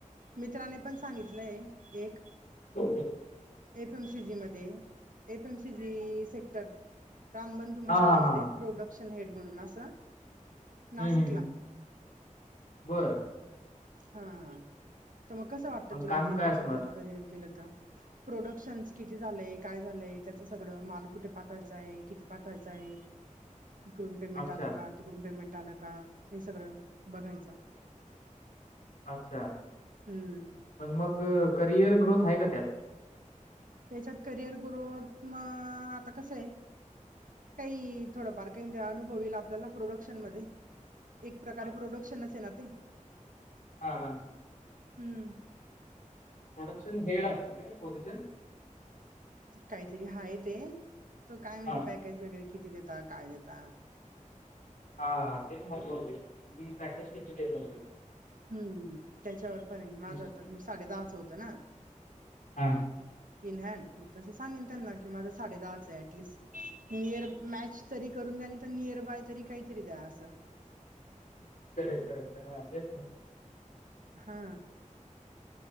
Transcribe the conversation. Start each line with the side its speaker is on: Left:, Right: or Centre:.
Right: मित्राने पण सांगितलंय, एक.
Left: ओके.
Right: एफ एम सीजी मध्ये, F M CG sector. Rambandhu
Left: हा
Right: मसाला
Left: हा हा
Right: मध्ये प्रोडक्शन हेड म्हणून असं,
Left: हम्म
Right: नाशिकला.
Left: हम्म हम्म. बर.
Right: हा, तर मग कस वाटतं
Left: पण
Right: तुला
Left: काम
Right: ते,
Left: काय
Right: त्याच्यात
Left: असणार
Right: जर करिअर केलं तर. प्रोडक्शन्स किती झालेय? काय झालंय? त्याच सगळं माल कुठे पाठवायचाय? किती पाठवायचाय?
Left: <inaudible>
Right: इकडून पेमेंट
Left: अच्छा
Right: आलं का? तिकडून पेमेंट आलं का? हे सगळं बघायचं.
Left: अच्छा.
Right: हम्म.
Left: पण मग, करिअर ग्रोथ आहे का त्यात?
Right: त्याच्यात करिअर ग्रोथ म आता कस हाय. काही थोडं बारकाईने अनुभव येईल आपल्याला प्रोडक्शन मध्ये. एक प्रकारे
Left: हा
Right: प्रोडक्शनचय ना ते?
Left: हा, हा, हा.
Right: हम्म.
Left: प्रोडक्शन हेड असणार काय? पोझिशन.
Right: काहीतरी हाय ते, तो काय म्हणजे
Left: हा
Right: पॅकेज वगैरे किती देता? काय देता?
Left: हा हा तेचमहत्वाचे आहे की तुमी पॅकेज किती देतो ते.
Right: हम्म, त्याच्यावर पण आहे, माझं
Left: हम्म.
Right: आता साडे दहाच होतं ना.
Left: हा.
Right: In hand. मग तसं सांगन त्यांना की, माझं साडे दहाचं आहे. ऍटलीस्ट नियर मॅच तरी करून द्या, नाही तर नियर बाय तरी काहीतरी द्या असं
Left: कररेट करेक्ट हा तेच
Right: हा.